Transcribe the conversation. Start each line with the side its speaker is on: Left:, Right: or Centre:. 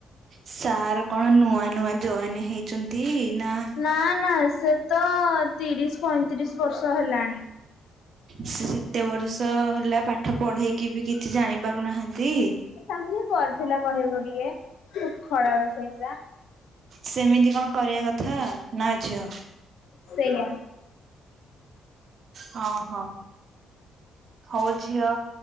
Right: ସାର୍ କଣ ନୂଆ ନୂଆ ଜଏନ ହେଇଛନ୍ତି? ନା
Left: ନା ନା, ସେ ତ ତିରିଶ ପଇଁତିରିଶ ବର୍ଷ ହେଲାଣି।
Right: ସେ ସେତେ ବର୍ଷ ହେଲା ପାଠ ପଢେଇକି ବି କିଛି ଜାଣି ପାରୁନାହାନ୍ତି?
Left: ସାଙ୍ଗ ହିଁ କରିଥିଲା କହିବ ବି ୟେ ଖଡ଼ା ଵା ସେଇଟା।
Right: ସେମିତି କଣ କରିବା କଥା? ନା ଝିଅ।
Left: ସେଇଆ।
Right: ହଁ ହୋ, ହଉ ଝିଅ